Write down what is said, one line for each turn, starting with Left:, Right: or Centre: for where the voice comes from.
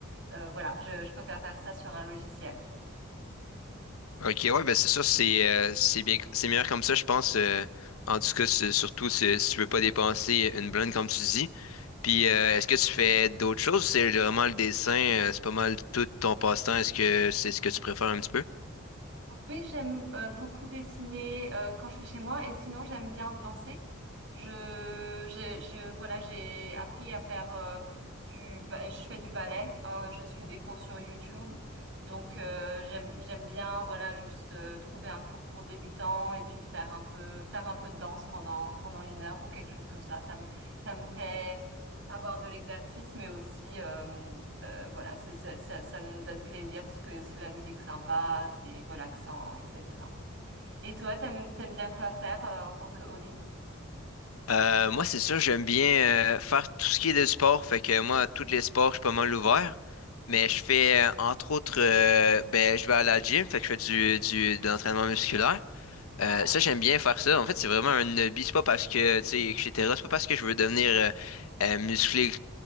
Right: euh, voilà, je, je préfère faire ça sur un logiciel.
Left: Ok, ouais, ben c'est sûr, c'est euh, c'est bien, c'est meilleur comme ça, je pense. euh, en tout cas, c'est- surtout si, si tu veux pas dépenser une blinde, comme tu dis. Puis, euh, est-ce que tu fais d'autres choses? C'est vraiment le dessin, euh, c'est pas mal tout ton passe-temps. Est-ce que c'est ce que tu préfères un petit peu?
Right: Oui, j'aime euh, beaucoup dessiner euh, quand je suis chez moi et sinon j'aime bien danser. Je, je, je- voilà, j'ai appris à faire euh, du, ba- je fais du ballet. euh, je suis des cours sur YouTube, donc euh, j'aime, j'aime bien, voilà, juste euh, trouver un cours pour débutants et puis faire un peu, faire un peu de danse pendant pendant une heure ou quelque chose comme ça. Ça me, ça me fait avoir de l'exercice, mais aussi euh, Euh, voilà, c'est- ça, ça, ça me donne plaisir parce que c'est de la musique sympa, c'est relaxant, etc. Et toi, t'aimes, t'aimes bien quoi faire euh, en tant que hobby?
Left: Euh, moi, c'est sûr, j'aime bien euh, faire tout ce qui est de sport. Fait que moi, tous les sports, je suis pas mal ouvert. Mais je fais, euh, entre autres, euh, ben, je vais à la gym, fait que je fais du, du, de l'entraînement musculaire.
Right: Ouais,
Left: Euh, ça, j'aime bien faire ça. En fait, c'est vraiment un hobby. C'est pas parce que, tu sais, etc. C'est pas parce que je veux devenir euh, euh, musclé